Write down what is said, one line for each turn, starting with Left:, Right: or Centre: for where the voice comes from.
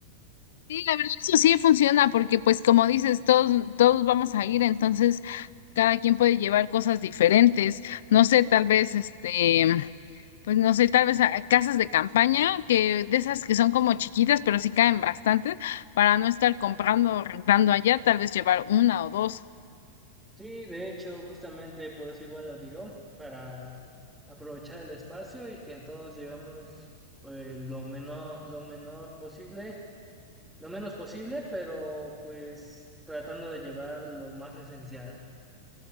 Left: Sí, la verdad eso sí funciona porque pues como dices, todos, todos vamos a ir, entonces cada quien puede llevar cosas diferentes. No sé, tal vez este, pues no sé, tal vez a- casas de campaña, que de esas que son como chiquitas, pero sí caen bastantes, para no estar comprando o rentando allá, tal vez llevar una o dos.
Centre: Sí, de hecho, justamente por eso igual lo digo, para aprovechar el espacio y que todos llevemos eh, lo menor, lo menor posible lo menos posible, pero pues tratando de llevar lo más esencial.